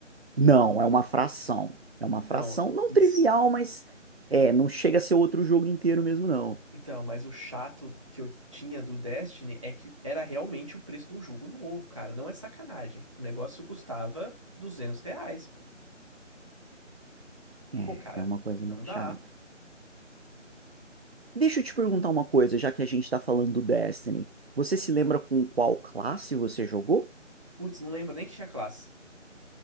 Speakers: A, on the right; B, on the right.
A: Não, é uma fração. É uma
B: Então,
A: fração não
B: isso.
A: trivial, mas é, não chega a ser outro jogo inteiro mesmo, não.
B: Então, mas o chato que eu tinha do Destiny é que era realmente o preço de um jogo novo, cara. Não é sacanagem. O negócio custava 200 reais, pô.
A: É,
B: Pô, cara,
A: é uma coisa
B: não
A: meio
B: dá.
A: chata. Deixa eu te perguntar uma coisa, já que a gente tá falando do Destiny. Você se lembra com qual classe você jogou?
B: Putz, não lembro nem que tinha classe.